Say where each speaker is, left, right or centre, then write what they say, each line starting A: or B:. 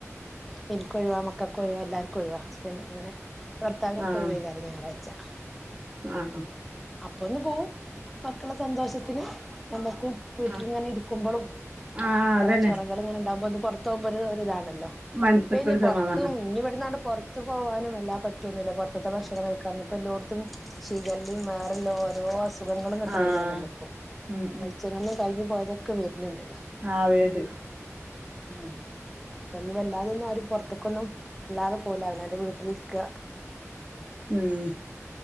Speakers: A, in the centre; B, on the right.
A: ഇനിക്കൊഴിവാ മക്കക്ക് ഒഴിവാ എല്ലാർക്കും ഒഴിവാ- അങ്ങനെ ഭർത്താവിനക്കെ
B: ആഹ്
A: ഒഴിവാ അത് ഞായാറാ- ച്ച <unintelligible>
B: ആഹ്
A: അപ്പൊന്ന് പോവും മക്കളെ സന്തോഷത്തിന് നങ്ങക്കും- വീട്ടിലിങ്ങനെ
B: ആഹ്
A: ഇരിക്കുമ്പോ
B: ആഹ് അതന്നെ
A: കുറേ ചെറകൾ ഇങ്ങനെ - ഉണ്ടാവുബോ പുറത്ത് മ്പോ ഒരു രു താണ്- ലോ
B: മനസ്സ്ക്കൊരു
A: എപ്പയിന് പൊറത്തും
B: സമാധാനം
A: ഇനി ഇവിടുന്നാട് പുറത്തു പോവാനും എല്ല- പറ്റൊന്നുമില്ല പുറത്തത്തെ ഭക്ഷണം കഴിക്കാറ ഇപ്പ എല്ലോയിടത്തും ഷികല്ലി വേറല്ല ഓരോ സുഖങ്ങളുംന്നിട്ട്
B: ആഹ്
A: വരികയാണല്ലോ ഇപ്പൊ
B: ഉം
A: പൈച്ചങ്ങന്നും കഴിഞ്ഞു പോയതൊക്കെ- ഒക്കെ വര്ണ് ണ്ട്
B: ആ വേട്
A: ഉം അപ്പൊ ഇനി വല്ലാതെയ ഒന്നും ആര പുറത്തേക്കൊന്നും വല്ലാതെ പോകുലാ അവനാന്റെ വീട്ടിലിരിക്ക
B: ഉംമ്